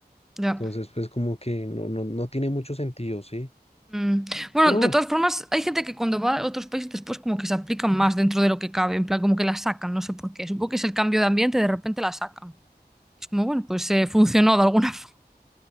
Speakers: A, in the centre; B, on the left.
A: ya.
B: Entonces, pues como que no, no, no tiene mucho sentido, ¿sí?
A: Mm. Bueno,
B: Pero
A: de
B: bueno,
A: todas formas, hay gente que cuando va a otros países después como que se aplican más dentro de lo que cabe, en plan como que la sacan, no sé por qué. Supongo que es el cambio de ambiente, de repente la sacan. Es como, bueno, pues eh, funcionó de alguna <laughs> forma.